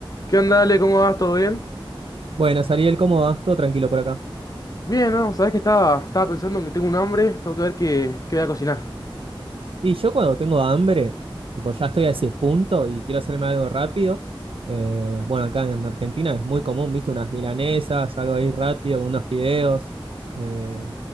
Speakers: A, on the left; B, on the right.
A: ¿Qué onda, Ale? ¿Cómo vas? ¿Todo bien?
B: Buenas, Ariel, ¿cómo va? Todo tranquilo por acá.
A: Bien, ¿no? Sabes que estaba, estaba pensando en que tengo un hambre, tengo que ver qué, qué voy a cocinar.
B: Y yo cuando tengo hambre, tipo ya estoy a ese punto y quiero hacerme algo rápido, eh, bueno, acá en Argentina es muy común, viste, unas milanesas, algo ahí rápido, con unos fideos, eh,